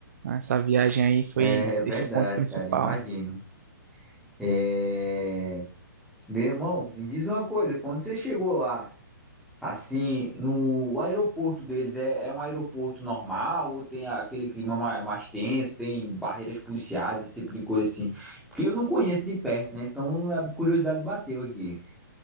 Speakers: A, on the right; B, in the centre.
A: Essa viagem aí foi
B: É verdade,
A: esse o ponto principal.
B: cara. Imagino. É... Meu irmão, me diz uma coisa. Quando você chegou lá, assim, no o aeroporto deles, é, é um aeroporto normal ou tem aquele clima ma- mais, tenso? Tem barreiras policiais, esse tipo de coisa assim? Porque eu não conheço de perto, né? Então a curiosidade bateu aqui.